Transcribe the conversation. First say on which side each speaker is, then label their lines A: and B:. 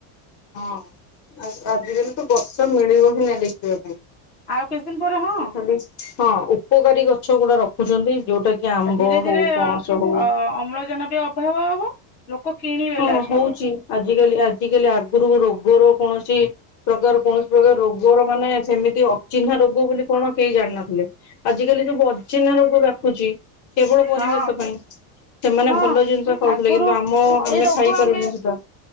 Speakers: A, on the left; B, on the left.
A: ହଁ ଆଜିକାଲି ତ ବର୍ଷା ମିଳିବ ହିଁ ନାଁ ଲେଖିବା ପାଇଁ
B: ଆଉ କିଛି ଦିନ ପରେ ହଁ
A: ସେ
B: ଆଉ
A: ଖାଲି ହଁ ଉପକାରୀ ଗଛ ଗୁଡା ରଖୁଛନ୍ତି ଯୋଉଟା କି ଆମ୍ବ
B: ଆ ଧୀରେ ଧୀରେ
A: ହଉ ପଣସ
B: ଅ
A: ହଉ
B: ଅମ୍ଳଜାନ ବି ଅଭାବ ହବ ଲୋକ କିଣିବେ
A: ହଁ
B: ଲାଷ୍ଟକୁ
A: ହଉଛି ଆଜି ଆଜି କାଲି ଆଜିିକାଲି ଆଗରୁ ରୋଗର କୌଣସି ପ୍ରକାର କୌଣସି ପ୍ରକାର ରୋଗର ମାନେ ସେମିତି ଅଚିହ୍ନା ରୋଗ ବୋଲି କଣ କେହି ଜାଣିିନଥିଲେ ଆଜି କାଲି ସବୁ ଅଚିହ୍ନା ରୋଗ ବକୁଛି କେବଳ ପରିବେଶ
B: ହଁ
A: ପାଇଁ ସେମାନେ
B: ହଁ
A: ଭଲ ଜିନିଷ ଖାଉଥିଲେ
B: ଆଗରୁ
A: କିନ୍ତୁ ଆମ
B: ଏଇ ରୋଗ
A: ଖାଇପାରୁନୁ
B: ଆମେ
A: ସେଟା